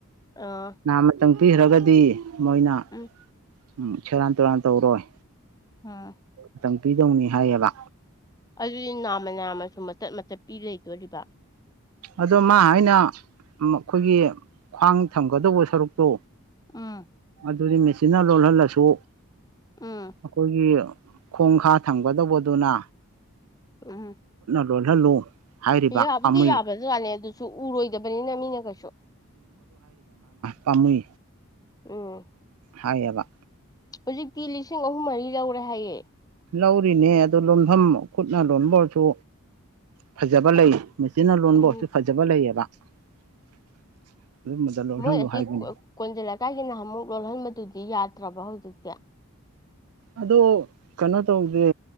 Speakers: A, on the left (about 15°); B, on the right (about 80°).
A: ꯑꯥ
B: ꯅꯍ ꯃꯇꯝ ꯄꯤꯔꯒꯗꯤ ꯃꯅꯥ
A: ꯎꯝ
B: ꯎꯝ ꯁꯦꯔꯥꯟ ꯇꯨꯔꯥꯟ ꯇꯧꯔꯣꯏ
A: ꯑꯝ
B: ꯃꯇꯝ ꯄꯤꯗꯧꯅꯤ ꯍꯥꯏꯌꯦꯕ
A: ꯑꯗꯨꯗꯤ ꯅꯥꯝꯃ ꯅꯥꯝꯃꯁꯨ ꯃꯆꯠ ꯃꯆꯠ ꯄꯤ ꯂꯩꯣꯏꯗꯣꯔꯤꯕ
B: ꯑꯗꯣ ꯃꯥ ꯍꯥꯏꯅ ꯑꯩꯈꯣꯏꯒꯤ ꯈ꯭ꯋꯥꯡ ꯊꯝꯒꯗꯧꯕ ꯁꯔꯨꯛꯇꯣ
A: ꯎꯝ
B: ꯑꯗꯨꯗꯤ ꯃꯦꯆꯤꯟꯅ ꯂꯣꯜꯍꯜꯂꯁꯨ
A: ꯎꯝ
B: ꯑꯩꯈꯣꯏꯒꯤ ꯈꯣꯡꯈꯥ ꯊꯝꯒꯗꯧꯕꯗꯨꯅ
A: ꯎꯝ
B: ꯂꯣꯜꯍꯜꯂꯨ ꯍꯥꯏꯔꯤꯕ
A: ꯌꯥꯕꯨꯗꯤ
B: ꯄꯥꯝꯃꯨꯏ
A: ꯌꯥꯕ꯭ꯔꯖꯖꯠꯅꯤ ꯑꯗꯨꯁꯨ ꯎꯔꯣꯏꯗꯕꯅꯤꯅ ꯃꯤꯅ ꯀꯩꯁꯨ
B: ꯄꯥꯃ
A: ꯎꯝ
B: ꯍꯥꯏꯌꯦꯕ
A: ꯍꯧꯖꯤꯛꯇꯤ ꯂꯤꯁꯤꯡ ꯑꯍꯨꯝ ꯃꯔꯤ ꯂꯧꯔꯦ ꯍꯥꯏꯌꯦ
B: ꯂꯧꯔꯤꯅꯦ ꯑꯗꯨ ꯂꯣꯟꯐꯝ ꯈꯨꯠꯅ ꯂꯣꯟꯕ ꯑꯣꯏꯔꯁꯨ ꯐꯖꯕ ꯂꯩ ꯃꯦꯆꯤꯟꯅ ꯂꯣꯟꯕ
A: ꯎꯝ
B: ꯑꯣꯁꯨ ꯐꯖꯕ ꯂꯩꯌꯦꯕ <unintelligible> ꯂꯣꯜꯍꯜꯂꯨ
A: ꯃꯣꯏ ꯑꯁꯤꯁꯤ
B: ꯍꯥꯏꯕꯅꯤ
A: ꯀꯣꯟꯖꯂ ꯀꯥꯏꯒꯤꯅꯨꯛ ꯂꯣꯜꯍꯟꯕꯗꯨꯗꯤ ꯌꯥꯗ꯭ꯔꯕ ꯍꯧꯖꯤꯛꯁꯦ
B: ꯑꯗꯣ ꯀꯅꯣ ꯇꯧꯖꯦ